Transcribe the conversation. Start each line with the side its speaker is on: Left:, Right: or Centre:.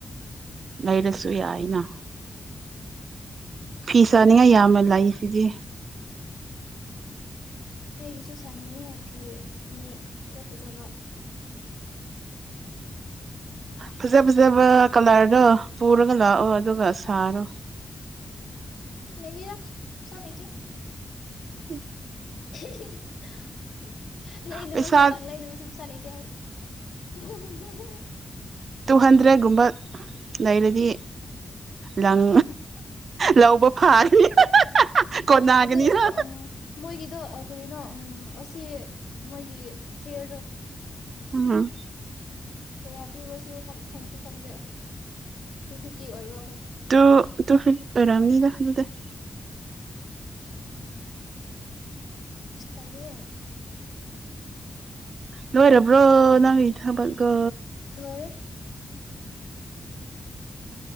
Right: ꯂꯩꯔꯁꯨ ꯌꯥꯏꯅ ꯐꯤ ꯁꯥꯅꯤꯡꯉꯥꯏ ꯌꯥꯝꯃ ꯂꯥꯛꯏꯁꯤꯗꯤ
Left: ꯑꯩꯒꯤꯁꯨ ꯁꯥꯅꯤꯡꯉꯦ ꯐꯤ ꯐꯤꯅꯦꯛ ꯈꯔ ꯐꯖꯕ
Right: ꯐꯖ ꯐꯖꯕ ꯀꯂꯔꯗꯣ ꯄꯨꯔꯒ ꯂꯥꯛꯑꯣ ꯑꯗꯨꯒ ꯁꯥꯔꯣ
Left: ꯂꯩꯒ ꯌꯥ ꯆ ꯂꯩꯇꯦ
Right: ꯎꯝ
Left: <unintelligible> ꯂꯩꯕꯁꯨ
Right: ꯄꯩꯁꯥ
Left: ꯂꯪ ꯂꯩꯅꯕꯁꯨ ꯄꯩꯁꯥ ꯂꯩꯇꯦ ꯑꯩ <unintelligible>
Right: ꯇꯨ ꯍꯟꯗ꯭ꯔꯦꯗꯀꯨꯝꯕ ꯂꯩꯔꯗꯤ ꯂꯪ ꯂꯧꯕ ꯐꯥꯔꯅꯤ ꯀꯣꯟꯅꯒꯅꯤꯅ
Left: ꯑ ꯃꯣꯏꯒꯤꯗꯣ ꯀꯔꯤꯅꯣ ꯎꯝ ꯑꯁꯤ ꯃꯣꯏꯒꯤ ꯐꯦꯌꯔ
Right: ꯎꯝ
Left: ꯀꯌꯥ ꯄꯤꯕ꯭ꯔꯁꯨ ꯈꯪꯁꯨ ꯈꯪꯗꯦ ꯇꯨ ꯐꯤꯐꯇꯤ ꯑꯣꯏꯕ꯭ꯔꯣ
Right: ꯇ ꯇ ꯍꯔ ꯑꯔꯝꯅꯤꯒ ꯍꯂꯗ ꯎꯝ
Left: ꯁꯇꯂꯦ
Right: ꯂꯣꯏꯔꯔꯕ꯭ꯔꯣ ꯅꯅꯥꯏ ꯊꯕꯒꯣ
Left: ꯔꯦ